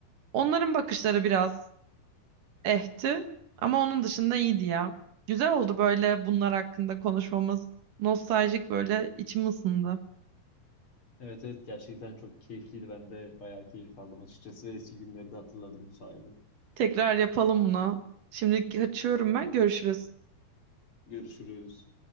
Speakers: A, on the right (about 65°); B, on the left (about 35°).
A: Onların bakışları biraz ehti ama onun dışında iyiydi ya. Güzel oldu böyle bunlar hakkında konuşmamız. Nostaljik böyle içim ısındı.
B: Evet evet gerçekten çok keyifliydi. Ben de bayağı keyif aldım açıkçası ve eski günleri de hatırladım bu sayede.
A: Tekrar yapalım bunu. Şimdi kaçıyorum ben. Görüşürüz.
B: Görüşürüz.